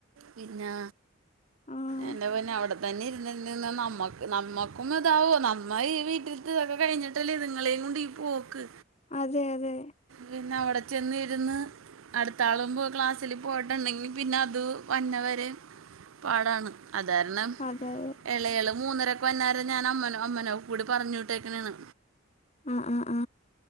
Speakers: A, on the right; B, on the left.
A: പിന്നാ
B: ആഹ്
A: എൻ്റെ പിന്നെ. തന്നെ ഇരുന്ന്ര്ന്ന് നമ്മക്ക് നമ്മക്കും അതാവും നമ്മ ഈ വീട്ടലത്തെ ഇതൊക്കെ കഴിഞ്ഞിട്ടല്ലേ ഇതിങ്ങളെ. എന്നിടി പോക്ക്
B: അതെ അതെ
A: പിന്നെ അവിടെ ചെന്ന് ഇരുന്ന് അടുത്താളമുമ്പ് ക്ലാസ്സില് പോയിട്ടുണ്ടെങ്കി പിന്നെ അത്. വന്നവരെ പാടാൻ അത് കാരണം
B: അതെ അതെ
A: ഇളയള് മൂന്നരക്ക് വന്നാരം ഞാൻമ്മന അമ്മനോ കൂടി പറഞ്ഞുവിട്ടേക്കന്നാണ്
B: അ അ ആ